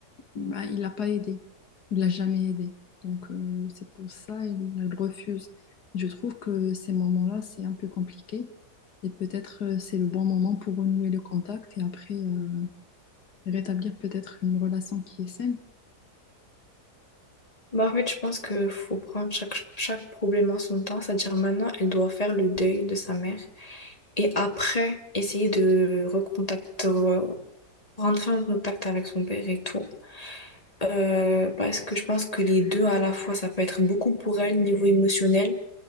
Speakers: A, on the left; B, on the left.
A: bah, il l'a pas aidé. Il l'a jamais aidé. Donc, euh, c'est pour ça il elle refuse. Je trouve que ces moments-là, c'est un peu compliqué. Et peut-être euh, c'est le bon moment pour renouer le contact et après euh, rétablir peut-être une relation qui est saine.
B: bah, en fait, je pense que faut prendre chaque, chaque problème en son temps. C'est-à-dire, maintenant, elle doit faire le deuil de sa mère et après, essayer de recontacter. rentrer en contact avec son père et tout. Euh, parce que je pense que les deux à la fois, ça peut être beaucoup pour elle, niveau émotionnel,